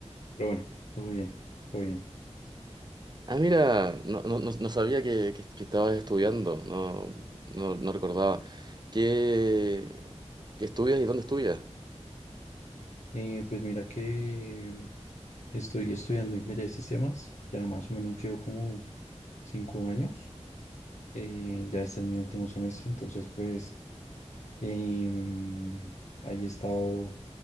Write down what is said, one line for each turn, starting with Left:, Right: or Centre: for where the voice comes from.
Left: pero bueno, todo bien, todo bien.
Right: Ah, mira, no, no, no- no sabía que, que- que estabas estudiando, no, no, no recordaba. ¿Qué, qué estudias y dónde estudias?
Left: Eh, pues mira que mm, estoy estudiando ingeniería de sistemas, ya más o menos llevo como cinco años, eh, ya este es mi último semestre, entonces pues em, ahí he estado